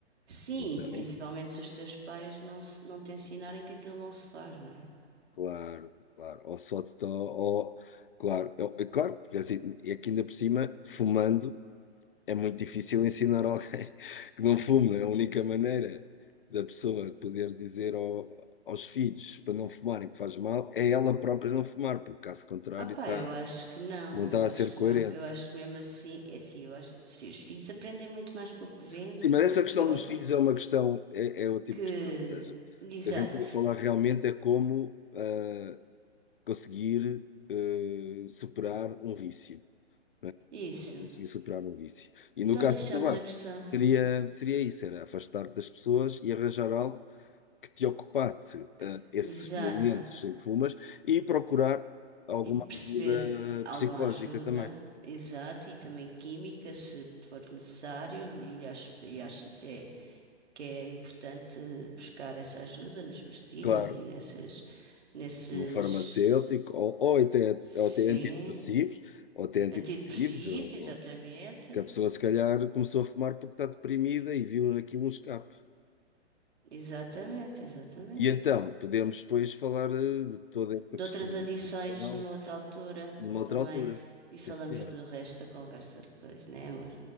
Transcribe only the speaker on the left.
Então,
claro, claro. Ou só te dá, ou, claro, é, é claro, porque assim, é que ainda por cima, fumando. é muito difícil ensinar alguém <laughs> que não fume. É A única maneira da pessoa poder dizer ao- aos filhos para não fumarem que faz mal é ela própria não fumar, porque caso contrário
está-
não está
a ser
coerente.
Sim,
mas
essa
questão
dos filhos é uma questão, é, é o tipo
de questão, ou seja, o
que a gente pode falar realmente é como ah, conseguir ah, superar um vício, né?
Conseguir superar um vício. E no
caso
do tabaco,
seria, seria isso, era afastar-te das pessoas e arranjar algo que te ocupasse
eh, esses
momentos em que fumas e procurar alguma
ajuda
psicológica
também.
Claro,
um farmacêutico, ou, ou até,
ou até antidepressivos, ou até antidepressivos,
ou-
ou- que a pessoa se calhar começou a fumar porque está deprimida e viu aquilo um escape.
E então, podemos depois falar eh, de toda esta
questão
de depressão
numa outra
altura.
Sim, senhora.